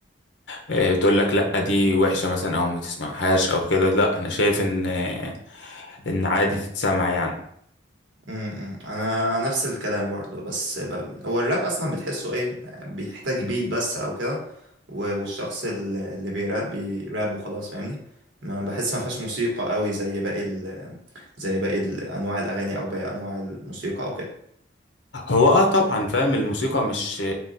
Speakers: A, on the left (about 65°); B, on the right (about 80°).
A: آه، بتقول لك لا دي وحشه مثلا او ما تسمعهاش او كده لا انا شايف ان آه، ان عادي تتسمع يعني
B: امم انا نفس الكلام برضو بس ب... هو الراب اصلا بتحسه ايه بيحتاج بيت بس او كده و... والشخص ال- اللي بيراب بيراب وخلاص فاهمني ما بحس ما فيهاش موسيقى قوي زي باقي ال... زي باقي ال- انواع الاغاني او باقي انواع الموسيقى او كده
A: هو اه طبعا فاهم الموسيقى مش